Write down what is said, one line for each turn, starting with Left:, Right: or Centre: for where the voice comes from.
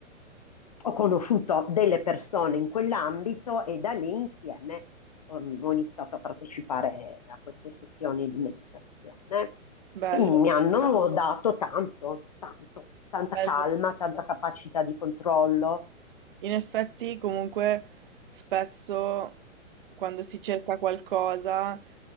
Left: ho conosciuto delle persone in quell'ambito e da lì insieme um, ho iniziato a partecipare a queste sessioni di meditazione
Right: Bello,
Left: che mi hanno dato tanto, tanto, tanta
Right: bello.
Left: calma, tanta capacità di controllo,
Right: In effetti, comunque, spesso quando si cerca qualcosa,